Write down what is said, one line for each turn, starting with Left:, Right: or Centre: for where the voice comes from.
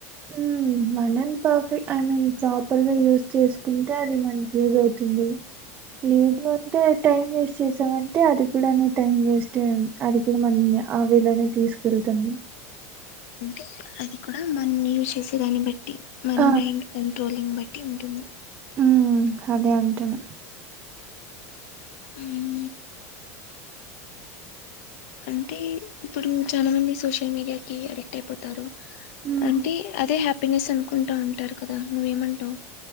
Right: హుహ్ మనం పర్ఫెక్ట్ ఐ మీన్ ప్రాపర్ గ యూస్ చేసుకుంటే అది మనకి యూజ్ అవుతుంది లేదు అంటే టైం వేస్ట్ చేసామంటే అది కూడా నువ్వు టైం వేస్ట్ అది కూడా మనల్ని ఆ వేలోనే తీసుకెళ్తుంది
Left: అంటే అది కూడా మనం యూస్ చేసే దాన్ని బట్టి మన
Right: ఆ,
Left: మైండ్ కంట్రోలింగ్ బట్టి ఉంటుంది
Right: ఉమ్ అదే అంటున్న
Left: ఉమ్ అంటే ఇప్పుడు చాలా మంది సోషల్ మీడియాకిి అడిక్ క్ట్ అయిపోతారు
Right: మ్మ్.
Left: అంటే అదే హ్యాపీనెస్ అనుకుంటా ఉంటారు కదా నువ్వేమంటవు